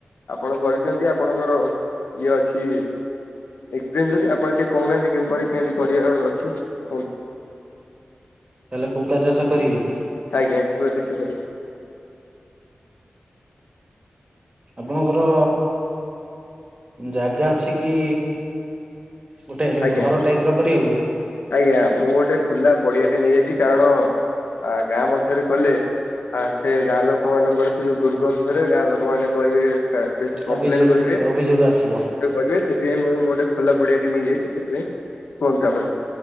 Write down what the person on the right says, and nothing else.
ତାହେଲେ କୁକୁଡ଼ା ଚାଷ କରିବେ?
ଆପଣଙ୍କର ଜାଗା ଅଛି କି? ଗୋଟେ
ଘର ଟାଇପ ର କରିବାକୁ?
ଅଭିଯୋଗ
ଅଭିଯୋଗ ଆସିବ